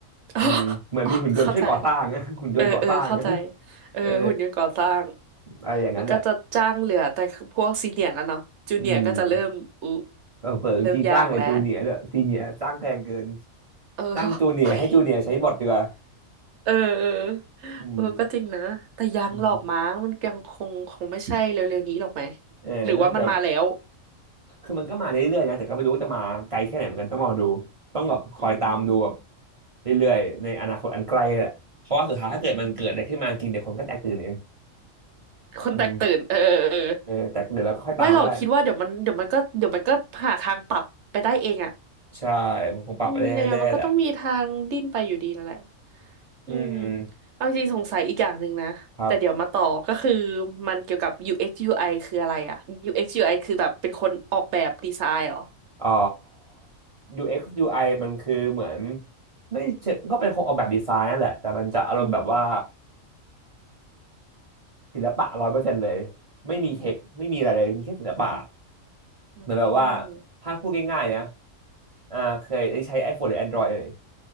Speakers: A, on the right; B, on the right.
A: อ๋อ
B: อืมเหมือนมีหุ่นยนต์ช่วยก่อสร้าง
A: อ๋อเข้าใจ
B: <laughs> หุ่นยนต์ก่อสร้าง
A: เออเออเข้าใจ
B: <laughs>
A: เออหุ่นยนต์ก่อสร้าง
B: เอออะไรอย่างนั้นแหละ
A: มันก็จะจ้างเหลือแต่พวกซีเนียร์แล้วเนาะจูเนียร์ก็จะเริ่มอุ
B: อืมเออเผิงจีนจ้างไอ้จูเนียร์ด้วยซีเนียร์จ้างแพงเกิน
A: เริ่มยากแล้วเออ <laughs>
B: จ้างจูเนียร์ให้จูเนียร์ใช้บอทดีกว่า
A: เฮ้ยเออเออ
B: อืม
A: เออก็จริงนะ แต่ยังหลอกมั้งมันยังคงคงไม่ใช่เร็วๆนี้หรอกไหม
B: อืมเออน่าจะ
A: หรือว่ามันมาแล้ว
B: คือมันก็มาเรื่อยๆนะแต่ก็ไม่รู้ว่าจะมาไกลแค่ไหนเหมือนกันต้องรอดูต้องแบบคอยตามดูแบบ
A: อืม
B: เรื่อยๆในอนาคตอันไกลแหละเพราะว่าสุดท้ายถ้าเกิดมันเกิดอะไรขึ้นมาจริงเดี๋ยวคนก็แตกตื่นเอง
A: อืมคนแตกตื่นเออเออเออ
B: อืมเออแต่เดี๋ยวเราก็ค่อยตามก็ได้
A: ไม่หรอกคิดว่าเดี๋ยวมันเดี๋ยวมันก็เดี๋ยวมันก็หาทางปรับไปได้เองอ่ะ
B: ใช่มันคงปรับไปเรื่อยๆแหละ
A: อืมยังไงมันก็ต้องมีทางดิ้นไปอยู่ดีนั่นแหละ อืม
B: อืม
A: เอาจริงสงสัยอีกอย่างหนึ่งนะ
B: ครับ
A: แต่เดี๋ยวมาต่อก็คือมันเกี่ยวกับ UX UI คืออะไรอะ UX UI คือแบบเป็นคนออกแบบดีไซน์เหรอ
B: อ๋อ UX UI มันคือเหมือนไม่เชิงก็เป็นคงออกแบบดีไซน์นั่นแหละ แต่มันจะอารมณ์แบบว่า
A: อืม
B: ศิลปะร้อยเปอร์เซ็นต์เลย ไม่มีเทค ไม่มีอะไรเลย มีแค่ศิลปะ
A: อืม
B: เหมือนแบบว่าถ้าพูดง่ายๆนะอ่าเคยได้ใช้ iPhone หรือ Android เอ่ย